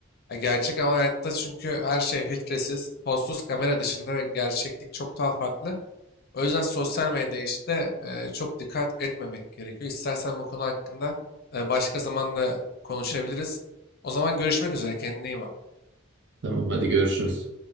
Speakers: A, on the left (about 50°); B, on the right (about 60°).
A: Ya gerçek ama hayatta çünkü her şey filtresiz, postsuz kamera dışında ve gerçeklik çok daha farklı. O yüzden sosyal medyaya işte e, çok dikkat etmemek gerekiyor. İstersen bu konu hakkında e, başka zaman da konuşabiliriz. O zaman görüşmek üzere. Kendine iyi bak.
B: Tamam, hadi görüşürüz.